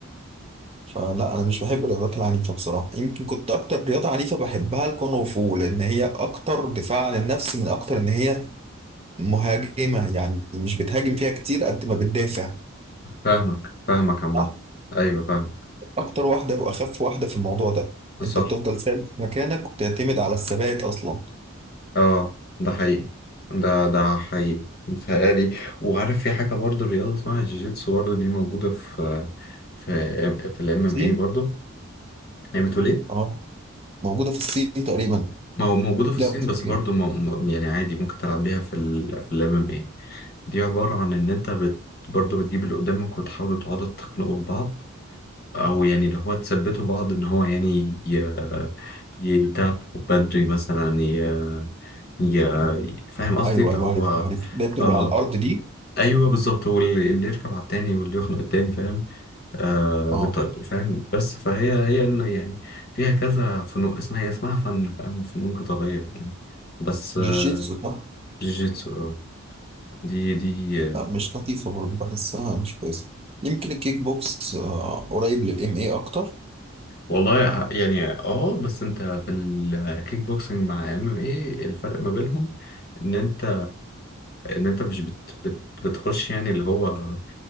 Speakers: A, on the right (about 25°); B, on the left (about 45°).
A: فلا أنا مش بحب الرياضات العنيفة بصراحة يمكن كنت أكتر رياضة عنيفة بحبها الكونغ فو لأن هي أكتر دفاع عن النفس من أكتر إن هي مهاجمة يعني مش بتهاجم فيها كتير قد ما بتدافع
B: فاهمك فاهمك عامة
A: صح؟
B: ايوه فاهم
A: أكتر واحدة وأخف واحدة في الموضوع ده أنت
B: صح
A: بتفضل ثابت في مكانك وبتعتمد على الثبات أصلا
B: اه ده حقيقي ده ده حقيقي متهيألي وعارف في حاجة برضه رياضة اسمها جيجيتسو برضه دي موجودة في في في الام ام
A: الصين
B: اي برضه هي بتقول ايه؟
A: أه موجودة في الصين تقريبا
B: مو- موجودة في
A: لا
B: الصين
A: مش
B: بس
A: يعني.
B: برضه مو- مو- يعني عادي ممكن تلعب بيها في ال في الام ام اي دي عبارة عن إن أنت بت... برضه بتجيب اللي قدامك وتحاولوا تقعدوا تخنقوا في بعض أو يعني اللي هو تثبتوا بعض إن هو يعني ي... يتعب بدري مثلا ي... ي... فاهم قصدي
A: أيوه
B: اللي
A: أيوه
B: هو
A: عارف عارف ده بتبقوا
B: آه
A: على الأرض دي
B: أيوه بالظبط واللي اللي يركب على التاني واللي يخنق التاني فاهم آه
A: أه
B: بت... فاهم بس فهي هي إن يعني فيها كذا فنون اسمها هي اسمها فن فاهم فنون قتالية فاهم بس آه
A: جيجيتسو صح
B: جيجيتسو آه دي دي
A: لا، مش لطيفة برضه بحسها مش كويسة يمكن الكيك بوكس آه، قريب للإم إيه أكتر
B: والله ع- يعني اه بس انت في الكيك بوكسنج مع ام ام ايه الفرق ما بينهم ان انت ان انت مش بت بت بتخش يعني اللي هو